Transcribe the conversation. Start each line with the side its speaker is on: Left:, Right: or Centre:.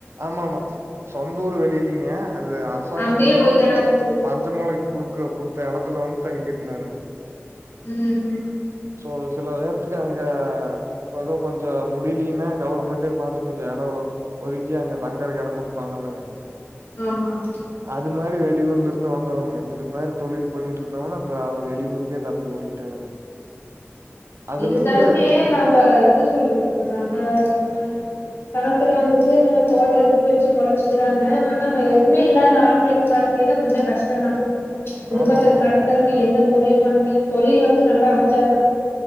Right: ஆமாமா சொ சொந்தூர் வெளியிலிங்க அது அரசாங்கத்தலருந்து
Left: அங்கேயே போய்ட்டானாட்டு இருக்குது
Right: பஞ்சமொளைக்க குடுக்க குடுத்த எடத்துல வந்து தங்கிருந்தானுங்க
Left: உம் உம்
Right: சோ சில நேரத்துக்கு அங்க ஏதோ கொஞ்சோ முடிலின்னா கவர்மெண்ட்டே பாத்து கொஞ்சோ எடோ போ ஒதுக்கி அங்க தங்கறக்கு எடோ கொடுப்பாங்கல்ல
Left: ஆமா ஆமா
Right: அது மாதிரி வெளியூர்ல இருந்து வந்தவங்க இது மாதிரி தொழில் பண்ணிட்டு இருந்தவனா இப்ப அவ வெளியூருக்கே தப்பி ஓடிட்டானுங்க அதுல
Left: இருந்தாலுமே
Right: இருந்து
Left: நப என்ன சொல்றது இப்ப நப நம்ம பணத்துல வந்துட்டு நம்ம தோட்ட இருக்கு வச்சு பொழச்சுக்கிறாங்க ஆனா நம்ம எதுவுமே இல்லாத ஆம்பளைங்க வாழ்க்கையே இன்னும் கொஞ்சோ கஷ்டம்தான் குடும்பத்த
Right: ஆமா ஆமா ஆமா
Left: நடத்துறக்கே என்ன தொழில் பண்ணி தொழில் வந்து நல்லா அமஞ்சாதான்